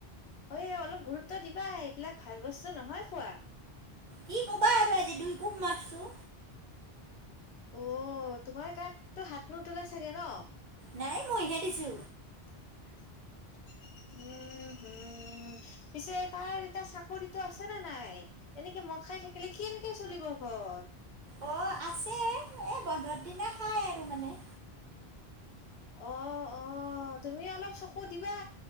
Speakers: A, on the left (about 85°); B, on the right (about 55°).
A: ঐ অলপ গুৰুত্ব দিবা, এইবিলাক ভাল বস্তু নহয় খোৱা।
B: কি ক'বা আৰু আজি দুই কোব মাৰছো।
A: অ', তোমাৰ গাতটো হাত নোতোলে চাগে ন।
B: নাই মইহে দিছো।
A: <inaudible> উম, হম, পিছে তাৰ এতিয়া চাকৰিটো আছে নে নাই। এনেকে মদ খাই থাকিলে কেনকে চলিব ঘৰ।
B: অ', আছে, এই বন্ধৰ দিনা খাই আৰু মানে।
A: অ', অ', তুমি অলপ চকু দিবা।